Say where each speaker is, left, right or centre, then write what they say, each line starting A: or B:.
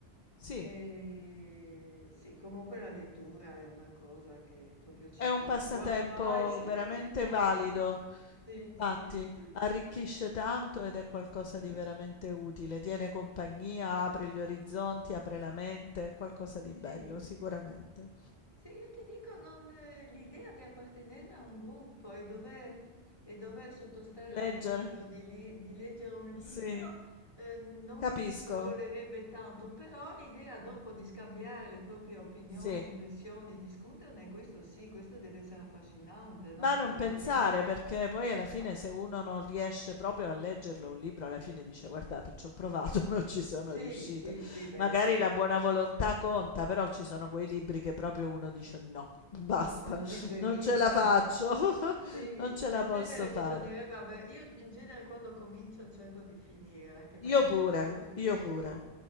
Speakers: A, on the left; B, on the left.
A: sì,
B: E sì, comunque la lettura è una cosa che proprio ci
A: è
B: vuole.
A: un passatempo
B: Gua- guai <laughs> se
A: veramente
B: non ci fosse.
A: valido.
B: Sì,
A: Infatti,
B: sì, sì,
A: arricchisce
B: sì, sì.
A: tanto ed è qualcosa di veramente utile. Tiene compagnia, apre gli orizzonti, apre la mente, è qualcosa di
B: Sì,
A: bello, sicuramente.
B: Sì, io ti dico, non, eh, l'idea di appartenere a un gruppo e dover, e dover sottostare
A: Leggere?
B: all'obbligo di, li- di leggere un libro,
A: Sì.
B: eh, non
A: Capisco.
B: mi sfagiolerebbe tanto, però l'idea dopo di scambiare le proprie opinioni,
A: Sì.
B: impressioni, discuterne, questo sì, questo deve essere affascinante, no?
A: Ma
B: Perché
A: non
B: chiaramente...
A: pensare, perché poi alla fine
B: No?
A: se uno non riesce proprio a leggerlo un libro, alla fine dice guardate, ci ho provato, <laughs> non ci sono
B: Sì,
A: riuscito.
B: sì, sì, beh,
A: Magari
B: insomma,
A: la buona volontà conta, però ci sono quei libri che proprio uno dice no, basta,
B: No, non lo digerisco,
A: non ce la faccio,
B: insomma.
A: <laughs>
B: Sì,
A: non ce
B: in
A: la posso
B: genere bisognerebbe
A: fare.
B: avere... Io in genere quando comincio cerco di finire, anche magari
A: Io pure,
B: ci metto più tempo.
A: io pure.